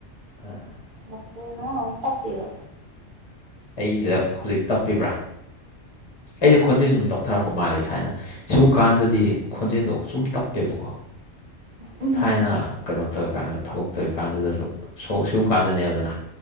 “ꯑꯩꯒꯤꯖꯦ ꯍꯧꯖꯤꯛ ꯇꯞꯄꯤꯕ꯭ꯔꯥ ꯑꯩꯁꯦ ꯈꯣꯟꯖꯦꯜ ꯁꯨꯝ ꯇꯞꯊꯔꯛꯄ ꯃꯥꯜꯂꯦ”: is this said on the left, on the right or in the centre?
Left